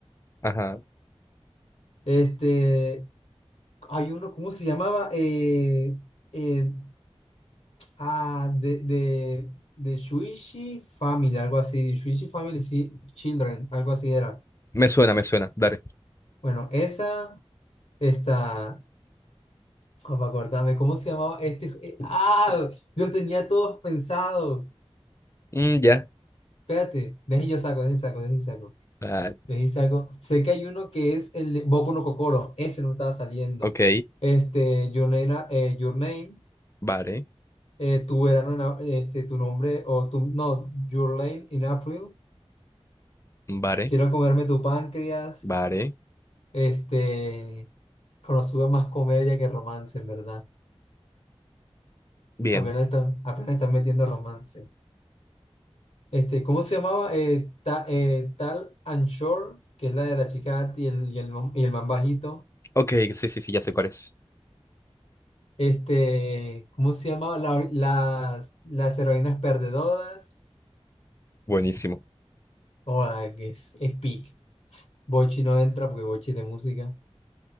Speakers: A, on the left; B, on the left.
A: ajá.
B: este, hay uno, ¿cómo se llamaba? Eh, eh, Ah, de, de, de Shuichi Family, algo así. Shuichi Family sí, Children, algo así era.
A: Me suena, me suena. Dale.
B: Bueno, esa está. ¿Cómo acordarme? ¿Cómo se llamaba este? ju- eh, ¡Ah! Yo los tenía todos pensados.
A: Mm, ya.
B: Espérate, deje yo saco, deje saco, deje saco.
A: Dale.
B: Deje saco. Sé que hay uno que es el de Boku no Kokoro. Ese no me estaba saliendo.
A: Ok,
B: Este, Your Name, na- eh, Your Name,
A: vale,
B: eh, tu verano, en a- este, tu nombre, o tu, no, Your Lane in April.
A: vale,
B: Quiero comerme tu páncreas.
A: vale.
B: Este, Konosuba es más comedia que romance, en verdad.
A: Bien.
B: Apenas están, apenas están metiendo romance. Este, ¿cómo se llamaba? Eh, Ta- eh, Tal and Shore, que es la de la chica alta y el, y el, man- y el man bajito.
A: Ok, sí, sí, sí, ya sé cuál es.
B: Este, ¿cómo se llamaba? La- las, las heroínas perdedoras.
A: Buenísimo.
B: Joda, que es, es peak. Bochi no entra porque Bochi es de música.